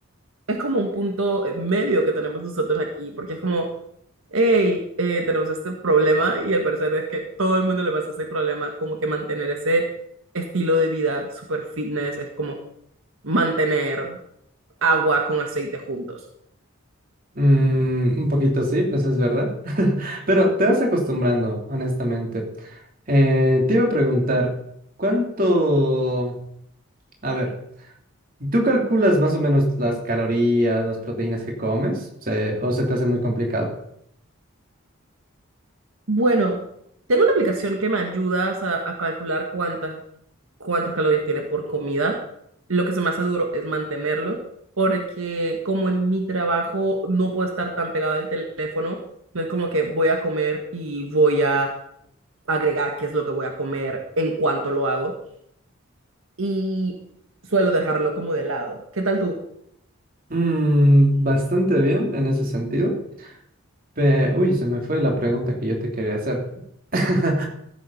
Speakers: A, on the right (about 75°); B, on the right (about 40°).
A: es como un punto eh, medio que tenemos nosotros aquí porque es como hey, eh, tenemos este problema y al parecer es que todo el mundo le pasa ese problema, como que mantener ese estilo de vida super fitness es como mantener agua con aceite juntos.
B: Mm, un poquito sí, pues es verdad. <laughs> Pero te vas acostumbrando, honestamente. Eh, te iba a preguntar, ¿cuánto... A ver, ¿tú calculas más o menos las calorías, las proteínas que comes? Se- ¿O se te hace muy complicado?
A: Bueno, tengo una aplicación que me ayuda a, a calcular cuántas, cuántas calorías tiene por comida. Lo que se me hace duro es mantenerlo, porque como en mi trabajo no puedo estar tan pegado al teléfono, no es como que voy a comer y voy a agregar qué es lo que voy a comer en cuanto lo hago y suelo dejarlo como de lado. ¿Qué tal tú?
B: Mm, bastante bien en ese sentido. Pe- Uy, se me fue la pregunta que yo te quería hacer. <laughs>